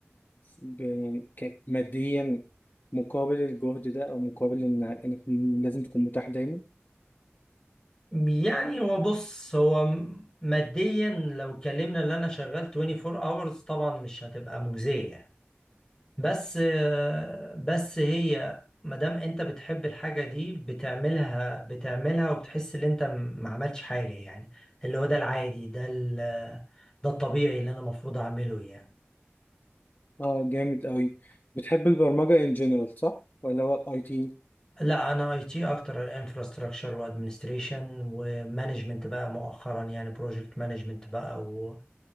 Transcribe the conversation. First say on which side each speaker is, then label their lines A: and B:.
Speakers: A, on the left; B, on the left.
A: ب- يعني ك- ماديا مقابل الجهد ده او مقابل ان انك لازم تكون متاح دايما
B: يعني هو بص هو م- ماديا لو اتكلمنا اللي انا شغال 24 hours طبعا مش هتبقى مجزية يعني. بس بس هي مادام انت بتحب الحاجة دي بتعملها بتعملها وبتحس ان انت م- ما عملتش حاجة يعني اللي هو ده العادي ده ال ده الطبيعي اللي انا المفروض اعمله يعني
A: اه جامد قوي بتحب البرمجة ان جنرال صح ولا هو الاي تي
B: لا انا اي تي اكتر انفراستراكشر وادمنستريشن ومانجمنت بقى مؤخرا يعني بروجكت مانجمنت بقى و...